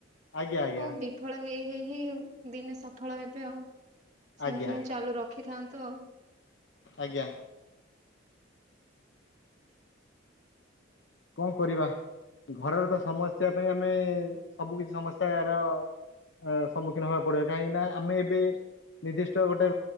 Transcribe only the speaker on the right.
ହଉ ବିଫଳ ହେଇ ହେଇ ଦିନେ ସଫଳ ହେବେ ଆଉ ସେମିତି
ହିଁ ଚାଲୁ ରଖିଥାନ୍ତୁ ଆଉ।